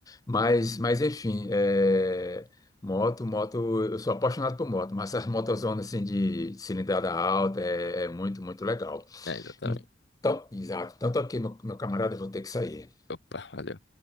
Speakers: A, on the left; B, on the left.
A: Mas, mas enfim, é, moto, moto, eu sou apaixonado por moto, mas essas motozonas assim de cilindrada alta é, é muito, muito legal.
B: É, exatamente.
A: Então, exato. Então, tá ok, meu, meu camarada, eu vou ter que sair.
B: Opa, valeu.